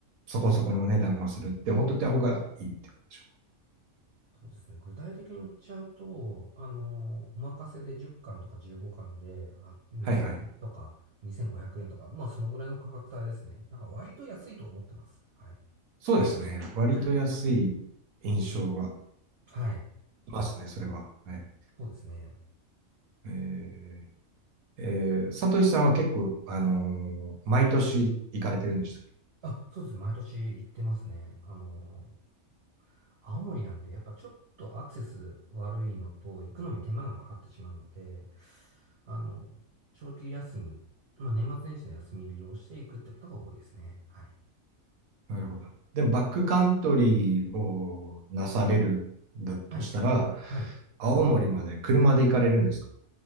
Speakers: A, on the right (about 85°); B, on the right (about 55°).
A: そこそこのお値段はするって思っといた方がいいってことでしょう
B: そうですね。具体的に言っちゃうと、あの、お任せで10巻とか15巻で、まあ、2000とか2500円とか、
A: か。はいはい。
B: まあ、そのぐらいの価格帯ですね。だから割と安いと思ってます。はい。
A: そうですね。割と安い印象が
B: はい。はい。
A: いますね、それは。ね
B: そうですね。
A: えー、えー、サトシさんは結構、あのー毎年行かれてるんでしたっけ
B: あ、そうです。毎年行ってますね。あの、青森なんで、やっぱちょっとアクセス悪いのと、行くのに手間がかかってしまうので、あの、長期休み、まあ、年末年始の休み利用していくってことが多いですね。はい。
A: なるほど。でも、バックカントリーをなされるんだとしたら、
B: はい。はい
A: 青森まで車で行かれるんですか